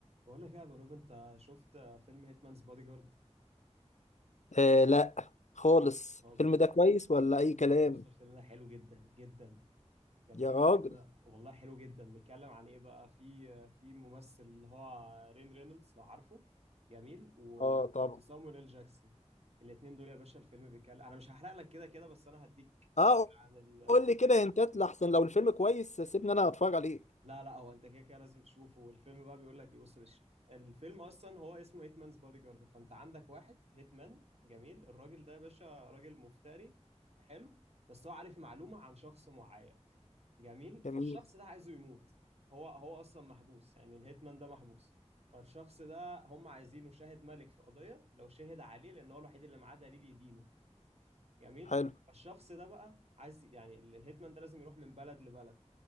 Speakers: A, on the right; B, on the left.
A: بقول لك إيه يا بنوب انت شفت فيلم هيتمانز بادي جارد
B: آه لا خالص
A: هزر
B: الفيلم ده كويس ولا اي كلام
A: بس الفيلم ده حلو جدا جدا جميل
B: يا راجل
A: كده والله حلو جدا بيتكلم عن ايه بقى في في ممثل اللي هو رين رينولدز لو عارفه جميل و...
B: اه طبعا
A: وسامويل ال جاكسون الاثنين دول يا باشا الفيلم بيتكلم انا مش هحرق لك كده كده بس انا هديك فكره
B: اه
A: عن ال...
B: قول لي كده هنتات لحسن لو الفيلم كويس سيبني انا اتفرج عليه
A: لا لا هو انت كده كده لازم تشوفه والفيلم بقى بيقول لك ايه بص يا باشا الفيلم اصلا هو اسمه هيتمانز بادي جارد فانت عندك واحد هيتمان جميل الراجل ده يا باشا راجل مفتري حلو بس هو عارف معلومه عن شخص معين جميل فالشخص
B: جميل
A: ده عايزه يموت هو هو اصلا محبوس يعني الهيتمان ده محبوس فالشخص ده هم عايزينه شاهد ملك في قضيه لو شهد عليه لان هو الوحيد اللي معاه دليل يدينه جميل
B: حلو
A: فالشخص ده بقى عايز يعني ال- الهيتمان ده لازم يروح من بلد لبلد